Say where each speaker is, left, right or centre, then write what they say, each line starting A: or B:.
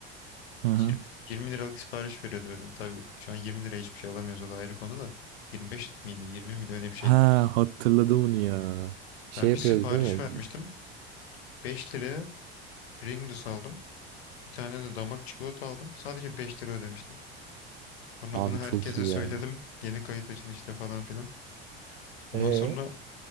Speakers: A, on the right; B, on the left.
A: Hı hı.
B: Yir- 20 liralık sipariş veriyordu mesela. Tabii şu an 20 liraya hiçbir şey alamıyoruz o da ayrı konu da. 25 miydi 20 miydi öyle bir şeydi.
A: Ha hatırladım onu ya. Şey
B: Ben
A: yapıyordu
B: bir sipariş
A: değil mi?
B: vermiştim. 5 liraya Pringles aldım. Bir tane de damak çikolata aldım. Sadece 5 lira ödemiştim. Bunu
A: Abi
B: bunu herkese
A: çok iyi
B: söyledim.
A: ya.
B: Yeni kayıt açın işte falan filan. Ondan
A: Ee?
B: sonra